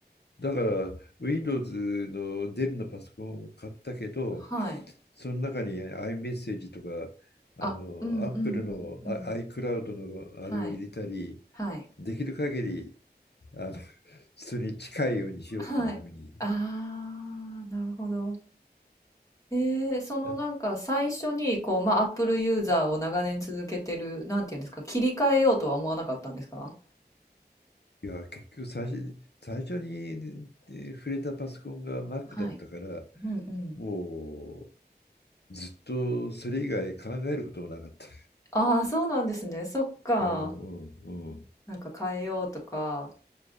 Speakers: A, on the left; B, on the left.
A: だから Windows のデルのパソコンを買ったけど、
B: はい。
A: その中に iMessage とかあの
B: あ、うんうんうんうん。
A: Apple の iCloud のあれを入れたり、
B: はい。はい。
A: できる限りあのそれに近いようにしようっていうふうに。
B: はい。ああ、なるほど。えー、そのなんか最初にこう、
A: い
B: まあ、Apple ユーザーを長年続けてる、なんていうんですか、切り替えようとは思わなかったんですか
A: や、結局最初、最初に触れたパソコンが Mac
B: はい。
A: だったから、
B: うんうん。
A: もうずっとそれ以外考えることもなかった。
B: ああ、そうなんですね。そっか。
A: うんうんうん。
B: なんか変えようとか。